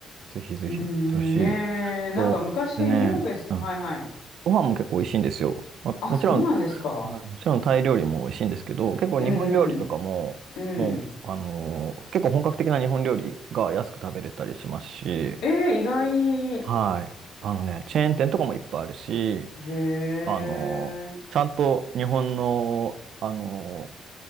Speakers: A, on the right; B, on the left.
A: い。ぜひぜひ、
B: うん、
A: 行ってほしい。
B: ねえ。なんか昔、
A: と、でね、
B: ニューヨークです。
A: うん。
B: はいはい。
A: ご飯も結構美味しいんですよ。まあ、
B: あ、
A: もちろん、
B: そうなんですか。
A: はい、もちろんタイ料理も美味しいんですけど、結構日本料理とかも、
B: うんうん。うん。
A: もう、あのー結構本格的な日本料理が安く食べれたりしますし、
B: えー、意外。
A: はい。あのね、チェーン店とかもいっぱいあるし、
B: へえ。
A: あのーちゃんと日本の、あの